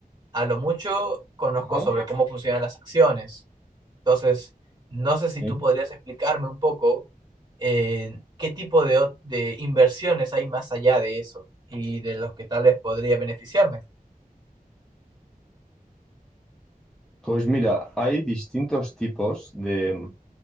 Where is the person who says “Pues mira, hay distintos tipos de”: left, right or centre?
Centre